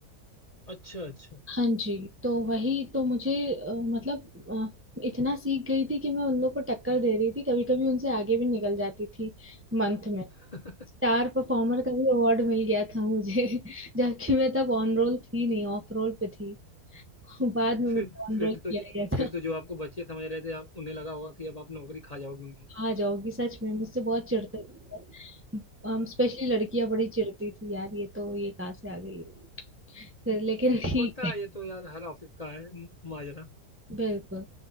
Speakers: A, on the left; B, on the right.
A: अच्छा अच्छा
B: हाँ जी तो वही तो मुझे अ, मतलब अ, इतना सीख गई थी कि मैं उन लोग को टक्कर दे रही थी कभी कभी उनसे आगे भी निकल जाती थी मंथ में
A: <laughs>
B: स्टार परफॉर्मर का भी अवार्ड मिल गया था मुझे <laughs> जबकि मैं तब ऑन रोल थी नहीं ऑफ रोल पे थी <laughs> बाद में मुझे
A: फिर
B: ऑन
A: फिर
B: रोल किया
A: तो ज-
B: गया था
A: फिर तो जो आपको बच्चे समझ रहे थे आप उन्हें लगा होगा कि अब आप नौकरी खा जाओगे उनकी
B: <laughs> आ जाओगी सच में मुझसे बहुत चिढ़ते थे स्पेशली लड़कियां बड़ी चिढ़ती थी यार ये तो ये कहाँ से आ गई फिर लेकिन ठीक
A: होता
B: है
A: है ये तो यार हर ऑफिस का है म- माजरा
B: बिल्कुल